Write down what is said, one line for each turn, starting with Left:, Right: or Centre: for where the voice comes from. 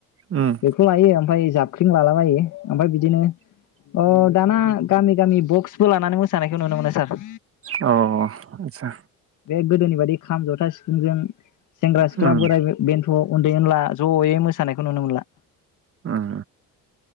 Right: उम
Left: बेखौ लायो ओमफ्राय जाब ख्रिं मालाबायो ओमफ्राय बिदिनो अ दाना गामि गामि बक्सबो लानानै मोसानायखौ नुनो मोनो सार।
Right: अ आदसा
Left: बे गोदोनि बायदि खाम जथा सिफुंजों सेंग्रा
Right: उम
Left: सिख्ला बोराय बे बेन्थ उन्दै उनला जये मोसानायखौ नुनो मोनला
Right: उम